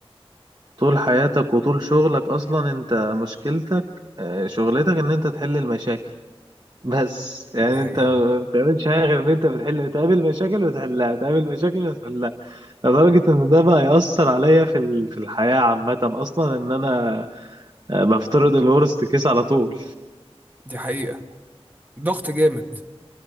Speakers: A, on the right; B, on the right.
A: طول حياتك وطول شغلك أصلا أنت مشكلتك آه، شغلتك إن أنت تحل المشاكل بس يعني
B: دي حقيقة
A: أنت ما بتعملش حاجة غير إن أنت بتحل تقابل مشاكل وتحلها تقابل مشاكل وتحلها لدرجة إن ده بقى يأثر عليا في ال- في الحياة عامة أصلا إن أنا آه، بفترض الورست كيس على طول
B: دي حقيقة ضغط جامد